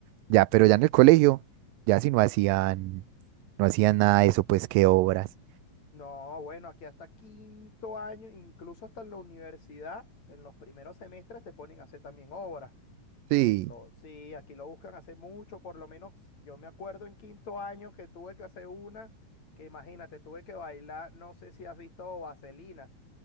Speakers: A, on the right (about 85°); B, on the left (about 50°).
A: ya, pero ya en el colegio, ya sí no hacían, no hacían nada de eso, pues, qué obras.
B: No, bueno, aquí hasta quinto año, incluso hasta en la universidad, en los primeros semestres te ponen a hacer también obras.
A: Sí,
B: Lo, sí, aquí lo buscan hace mucho, por lo menos yo me acuerdo en quinto año que tuve que hacer una, que imagínate, tuve que bailar, no sé si has visto Vaselina,